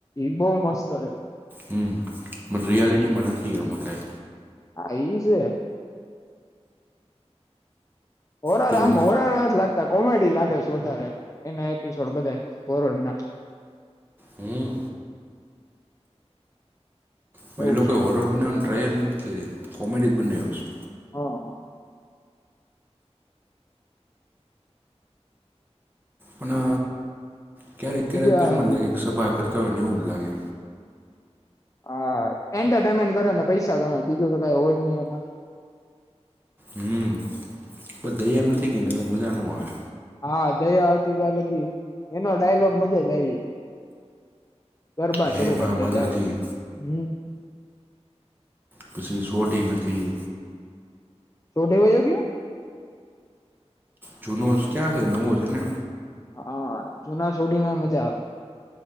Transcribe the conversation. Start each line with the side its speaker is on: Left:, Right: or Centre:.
Left: બો મસ્ત
Right: હમ પણ રિયાલિટી માં નથી એમાં કઈ
Left: હા ઈ છે <unintelligible>
Right: ત્યારે
Left: કોમેડી લાગે છે વધારે એના એપિસોડ બધ કોરોડ ના
Right: હમ મે
Left: એવું
Right: એ લોકોએ
Left: છે
Right: હોરર બનાવવાની ટ્રાય જ નથી કરી કોમેડી જ બનાવ્યું છે
Left: હા
Right: અને ક્યારેક
Left: બીજા
Right: ક્યારેક એમ જ લાગે સભા કરતી તો નવું જ લાગે
Left: હા એન્ટરટેનમેન્ટ કરે ને પૈસા ગમે બીજું તો કઈ હોય નહી એમાં
Right: હમ બદૈયા નથી કેને એટલે મજા ન આવે
Left: હા દયા હતી ત્યા લગી એનો ડાયલોગ મજે જ આવી ગરબા
Right: હે
Left: શરૂ
Right: મા
Left: કરતા
Right: માતાજી
Left: જયા હોય ત્યા હમ
Right: પછી સોઢી નથી
Left: સોઢી વયયો ગયો
Right: જૂનો જ ક્યાં છે નવો છે ને
Left: હા જુના સોઢીમાં મજા આવે